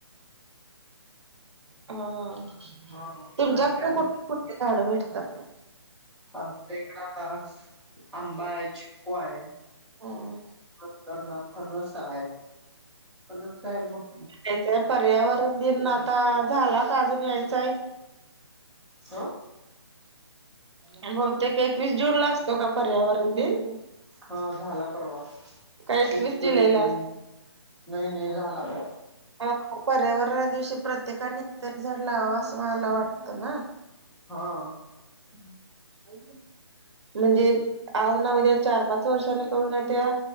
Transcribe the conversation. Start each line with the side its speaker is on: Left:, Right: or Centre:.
Right: हं
Centre: ह
Right: तुमच्याक
Centre: आणि काय
Right: कुठ
Centre: मग
Right: कुठली झाडं भेटतात?
Centre: आमच्या इकडे आता आंबा हाय, चिकू हाय.
Right: हम्म
Centre: नंतरन फणस हाय, फणस काय मग
Right: याच्या पर्यावरण दिन आता झाला का अजून यायचाय?
Centre: हां.
Right: आणि बहुतेक एकवीस जून ला असतो का पर्यावरण दिन?
Centre: हा झाला परवा,
Right: का एकवीस
Centre: शेतकरी
Right: जुलैला
Centre: दिन नाही, नाही झाला.
Right: कारण का पर्यावरणा दिवशी प्रत्येकानी एकतरी झाड लावाव असं मला वाटतं ना.
Centre: हो,
Right: <inaudible> म्हणजे आज ना उद्या चार -पाच वर्षांनी का होईना त्या